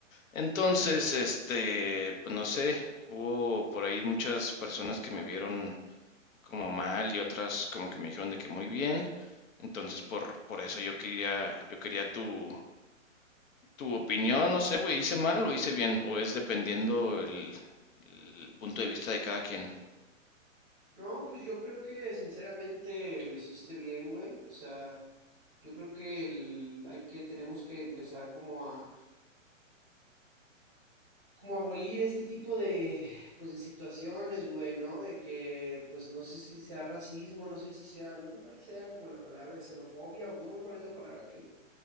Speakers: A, on the left; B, on the right.
A: Entonces, este, pues no sé, hubo por ahí muchas personas que me vieron como mal y otras como que me dijeron de que muy bien. Entonces, por, por eso yo quería, yo quería tu, tu opinión, no sé, güey, hice mal o hice bien, o es dependiendo el, el punto de vista de cada quien.
B: No, pues yo creo que sinceramente lo hiciste bien, güey. O sea, yo creo que el- hay que, tenemos que empezar como a, como a abolir este tipo de, pues de situaciones, güey, ¿no? De que, pues no sé si sea racismo, no sé si sea, no sé cuál sea como la palabra, xenofobia, o no sé cuál es la palabra que,